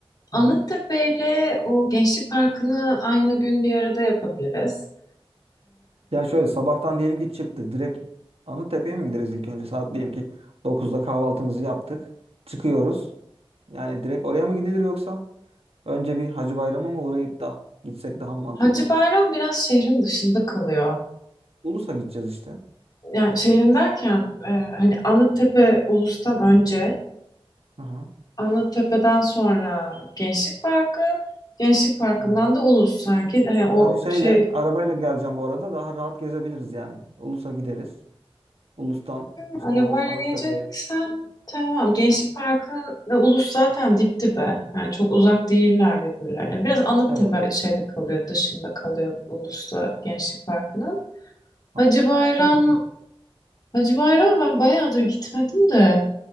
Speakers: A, on the left (about 40°); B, on the right (about 85°).
A: Anıttepe
B: Hı hı.
A: ile o Gençlik Parkı'nı aynı gün bir arada yapabiliriz.
B: Ya şöyle sabahtan diyelim ki çıktık. Direkt Anıttepe'ye mi gideriz ilk önce? Saat diyelim ki dokuzda kahvaltımızı yaptık. Çıkıyoruz. Yani direkt oraya mı gidilir yoksa önce bir Hacı Bayram'a mı uğrayıp da gitsek daha mantıklı
A: Hacı
B: olur.
A: Bayram biraz şehrin dışında kalıyor.
B: Ulus'a gideceğiz işte.
A: Yani şehrin derken e, hani Anıttepe Ulus'tan önce,
B: Hı hı,
A: Anıttepe'den sonra Gençlik Parkı, Gençlik Parkı'ndan
B: tamam.
A: da Ulus sanki. Hani o
B: Yani şeyle
A: şey
B: arabayla geleceğim bu arada daha rahat gezebiliriz yani. Ulus'a gideriz. Ulus'tan işte
A: arabayla
B: o Anıttepe'ye.
A: geleceksen tamam. Gençlik
B: hı.
A: Parkı ve Ulus zaten dip dibe. Yani çok uzak değiller birbirlerine. Biraz Anıttepe
B: Evet.
A: şeyde kalıyor, dışında kalıyor Ulus'ta Gençlik Parkı'nın.
B: tamam.
A: Hacı Bayram
B: <laughs>
A: Hacı Bayram ben bayağıdır gitmedim de.